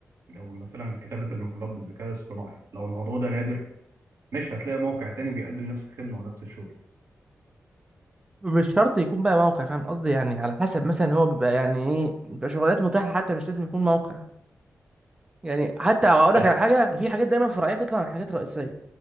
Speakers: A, on the right; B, on the right.
A: لو مثلا كتابه المقالات بالذكاء الاصطناعي لو الموضوع ده نادر مش هتلاقي موقع تاني بيقدم نفس الخدمه ونفس الشغل
B: مش شرط يكون بقى موقع فاهم قصدي يعني على حسب مثلا هو بيبقى يعني ايه بيبقى شغلانات متاحه حتى مش لازم يكون موقع يعني حتى اقول
A: فاهم
B: لك على حاجه في حاجات دايما فرعيه بتطلع من حاجات رئيسيه